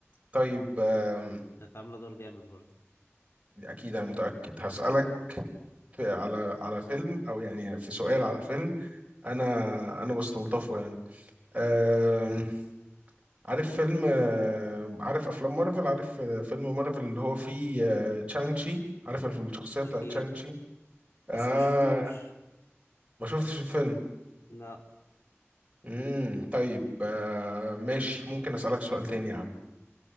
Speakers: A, on the right; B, on the left.
A: طيب آم،
B: كانت عاملة دور جامد برضه
A: اكيد انا متاكد هسالك في على على فيلم او يعني في سؤال على فيلم انا انا بستلطفه يعني أم...
B: أوه.
A: عارف فيلم أم، عارف افلام مارفل عارف آه، فيلم مارفل اللي هو فيه أه، تشانج تشي عارف الشخصيه
B: اكيد
A: بتاعت تشانج تشي اه
B: بس ما شفتوش
A: ما شفتش الفيلم
B: لا
A: امم طيب آه ماشي ممكن اسالك سؤال تاني يا عم